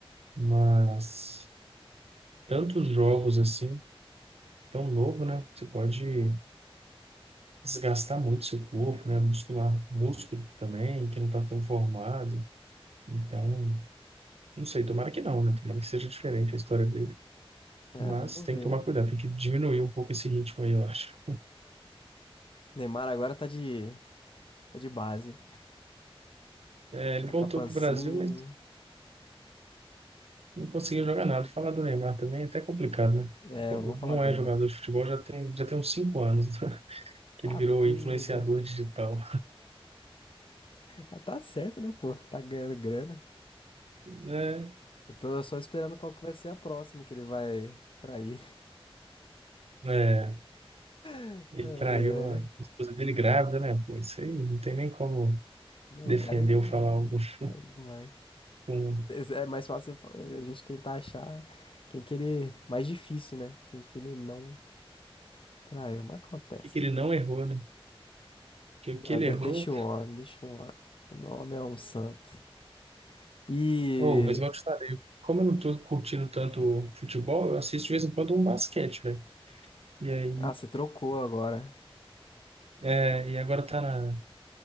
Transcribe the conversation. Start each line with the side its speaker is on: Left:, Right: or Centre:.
Right: Mas tantos jogos assim, tão novo, né? Você pode desgastar muito seu corpo, né? Muscular, músculo também, que não tá tão formado. Então, não sei, tomara que não, né? Tomara que seja diferente a história dele.
Left: É,
Right: Mas
Left: vamos
Right: tem
Left: ver.
Right: que tomar cuidado, tem que diminuir um pouco esse ritmo aí, eu acho.
Left: Neymar agora tá de, tá de base.
Right: É, ele
Left: Tá
Right: voltou
Left: com a pancinha.
Right: para o Brasil, mas não conseguiu jogar nada. Falar do Neymar também é até complicado, né?
Left: É, não vamos falar
Right: Não
Left: dele,
Right: é jogador
Left: não.
Right: de futebol, já tem, já tem uns cinco anos <laughs> que
Left: Tá
Right: ele virou
Left: pega.
Right: influenciador digital.
Left: Ah, Tá certo, né, pô? Tá ganhando grana.
Right: É,
Left: Eu tô só esperando qual que vai ser a próxima que ele vai trair.
Right: é,
Left: <laughs>
Right: ele
Left: Ai, ai.
Right: traiu a esposa dele grávida, né? Pô, isso aí não tem nem como
Left: Não,
Right: defender
Left: o cara é demais.
Right: ou falar algo
Left: O
Right: <laughs>
Left: cara é demais.
Right: com o
Left: É mais fácil a gente tentar achar quem que ele. Mais difícil, né? Quem que ele não traiu. Mas acontece,
Right: que que ele
Left: né?
Right: não errou, né? Que o
Left: Não,
Right: que ele
Left: de-
Right: errou.
Left: deixa o homem, deixa o homem. O nome é um santo. E.
Right: Oh, mas igual eu te falei, como eu não tô curtindo tanto futebol, eu assisto de vez em quando um basquete, velho. E aí.
Left: Ah, você trocou agora.
Right: É, e agora tá
Left: Gente.
Right: na,